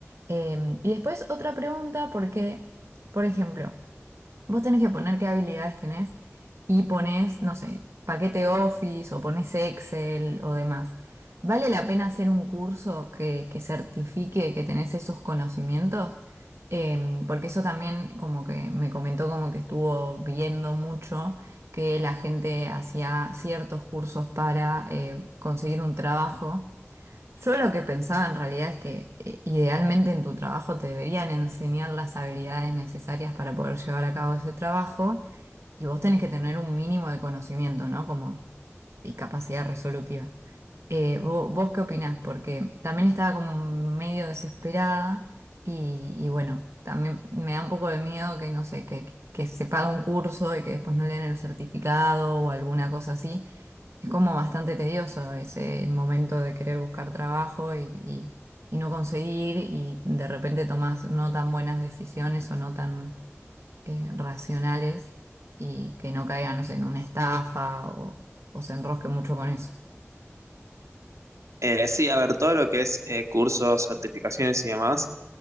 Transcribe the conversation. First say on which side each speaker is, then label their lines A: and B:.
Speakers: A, on the right; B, on the right.
A: Eh, y después otra pregunta porque, por ejemplo, Vos tenés que poner qué habilidades tenés y pones, no sé, paquete Office o pones Excel o demás. ¿Vale la pena hacer un curso que, que certifique que tenés esos conocimientos? Em, porque eso también como que me comentó como que estuvo viendo mucho que la gente hacía ciertos cursos para eh, conseguir un trabajo yo lo que pensaba en realidad es que eh, idealmente en tu trabajo te deberían enseñar las habilidades necesarias para poder llevar a cabo ese trabajo y vos tenés que tener un mínimo de conocimiento, ¿no? Como y capacidad resolutiva. Eh, vo- vos, qué opinás? Porque también estaba como medio desesperada y, y bueno, también me da un poco de miedo que no sé, que, que se paga un curso y que después no le den el certificado o alguna cosa así. Es como bastante tedioso ese momento de querer buscar trabajo y, y- y no conseguir y de repente tomás no tan buenas decisiones o no tan eh, racionales y que no caigan, no sé, en una estafa o, o se enrosque mucho con eso.
B: Eh, sí, a ver, todo lo que es eh, cursos, certificaciones y demás,